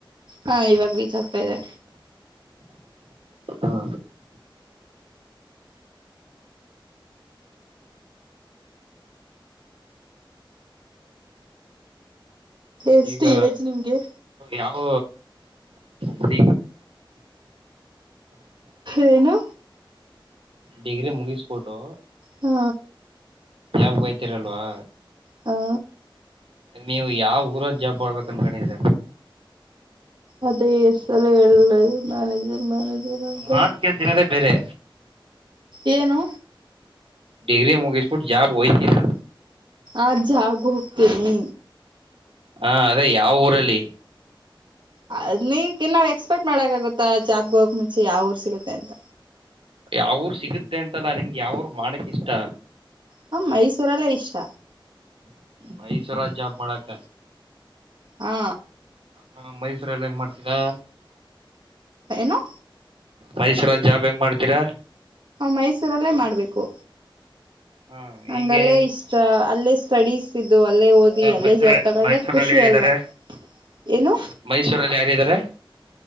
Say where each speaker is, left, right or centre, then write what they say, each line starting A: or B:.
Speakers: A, on the right; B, on the right.
A: ಹಾ ಇವಾಗ ರಿಚ್ ಆಗ್ತಾ ಇದೆ
B: ಹಾ
A: ಎಷ್ಟು
B: ಈಗ
A: ಏಜ್ ನಿಮ್ಗೆ
B: ಯಾವ ಟ್ಟ
A: ಏನು
B: ಡಿಗ್ರಿ ಮುಗಿಸ್ಬೊಟ್ಟು
A: ಹಾ
B: ಯಾವ ಹಯ್ತಿೀರಲ್ವಾ
A: ಹಾ
B: ನೀವು ಯಾವ ಊರಲ್ಲಿ ಜಾಬ್ ಮಾಡಬೇಕಮ ಕಣಿದ
A: ಅದೇ ಎಸ್ ಸಲ್ಲದು ಮ್ಯಾನೇಜರ್ ಮ್ಯಾನೇಜರ್ ಅಂತ
B: ನಾನ್ ಕೆಲ್ ದಿನದೇ ಬೇರೆ
A: ಏನು
B: ಡಿಗ್ರಿ ಮುಗಿಸ್ಬಿಟ್ಟು ಜಾಬ್ಗೆ ಓಯ್ತೀರಾ
A: ಅಜ್ ಜಾಗ ಹೋಗ್ತೇನೆ
B: ಹಾ ಅದೇ ಯಾವ ಊರಲ್ಲಿ
A: ಅ ನೀ ಇನ್ನಾವ್ ಎಕ್ಸ್ಪೆಕ್ಟ್ ಮಾಡಕಗುತ್ತಾ ಜಾಬ್ಗೆ ಹೋಗಕ ಮುಂಚೆ ಯಾವ ಊರ್ ಸಿಗುತ್ತೆ ಅಂತ
B: ಯಾವ್ರ ಸಿಗುತ್ತೆ ಅಂತಲ್ಲಾ ನಿಮ್ಗೆ ಯಾವರು ಮಾಡಕ್ ಇಷ್ಟ
A: ಹ ಮೈಸೂರಲ್ಲೇ ಇಷ್ಟ
B: ಮೈಸೂರಲ್ಲೇ ಜಾಬ್ ಮಾಡಕ
A: ಹಾ
B: ಹಾ ಮೈಸೂರಲ್ಲಿ ಹೆಂಗ ಮಾಡ್ತೀರಾ
A: ಏನು
B: ಮೈಸೂರ ಜಾಬ್ ಹೆಂಗ ಮಾಡ್ತೀರಾ
A: ಮೈಸೂರಲ್ಲೇ ಮಾಡ್ಬೇಕು
B: ಹಾ
A: ನಂಗಲ್ಲೇ
B: ಹೆಂಗೆ
A: ಇಷ್ಟ ಅಲ್ಲ ಸ್ಟಡೀಸ್ ಇದ್ದು ಅಲ್ಲೇ ಓದಿ ಅಲ್ಲೇ
B: ಮೈಸೂರ
A: ಜಾಬ್ ತಗೊಂಡ್ರೆ
B: ಮೈಸೂರಲ್ಲಿ
A: ಖುಷಿ
B: ಯಾರಿದ್ದಾರೆ
A: ಅಲ್ವಾ ಏನು
B: ಮೈಸೂರಲ್ಲಿ ಯಾರಿದ್ದಾರೆ